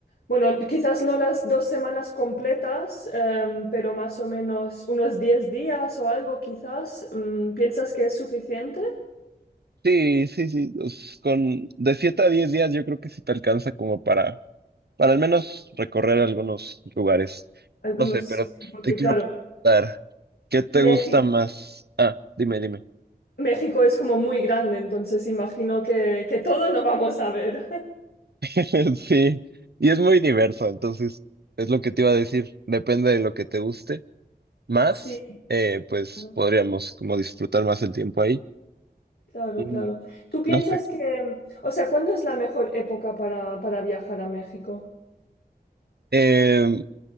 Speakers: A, on the left (about 65°); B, on the right (about 70°).
A: Bueno, quizás no las dos semanas completas, eh, pero más o menos unos 10 días o algo quizás. Mm, ¿piensas que es suficiente?
B: Sí, sí, sí. pues, con de 7 a 10 días yo creo que sí te alcanza como para, para al menos recorrer algunos lugares.
A: Algunos
B: No sé, pero
A: sí, sí, porque
B: te quiero
A: claro,
B: preguntar, ¿qué te
A: México,
B: gusta más? Ah, dime, dime.
A: México es como muy grande, entonces imagino que, que todo no vamos a ver. <laughs>
B: <laughs> Sí, y es muy diverso, entonces es lo que te iba a decir. Depende de lo que te guste. más,
A: Sí.
B: eh, pues
A: claro.
B: podríamos como disfrutar más el tiempo ahí.
A: Claro,
B: Mm,
A: claro. ¿Tú piensas
B: No sé.
A: que, o sea, cuándo es la mejor época para, para viajar a México?
B: Eh,